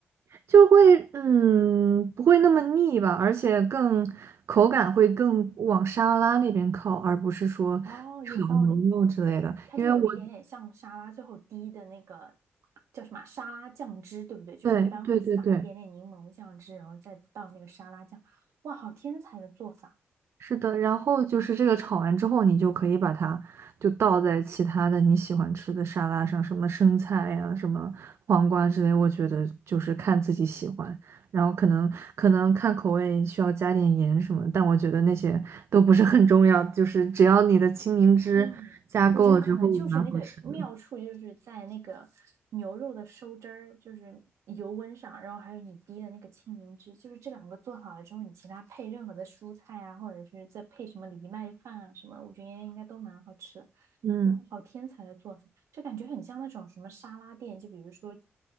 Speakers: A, on the right (about 60°); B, on the right (about 75°).
A: 就会嗯不会那么腻吧，而且更口感会更往沙拉那边靠，而不是说炒牛肉之类的，
B: 哦，有道理，它就有一点点像沙拉最后滴的那个
A: 因为我
B: 叫什么啊沙拉酱汁，对不对？就是一般会撒一点点柠檬酱汁，
A: 对对对对，
B: 然后再倒那个沙拉酱。哇，好天才的做法！
A: 是的，然后就是这个炒完之后，你就可以把它就倒在其他的你喜欢吃的沙拉上，什么生菜呀、什么黄瓜之类，我觉得就是看自己喜欢，然后可能可能看口味需要加点盐什么，但我觉得那些都不是很重要，就是只要你的青柠汁加够了之后，
B: 对，我觉得可能就是那个妙处，
A: 蛮好吃的。
B: 就是在那个牛肉的收汁儿，就是油温上，然后还有你滴的那个青柠汁，就是这两个做好了之后，你其他配任何的蔬菜啊，或者是再配什么藜麦饭啊什么，我觉得应该都蛮好吃的。
A: 嗯，
B: 哇，好天才的做法！这感觉很像那种什么沙拉店，就比如说，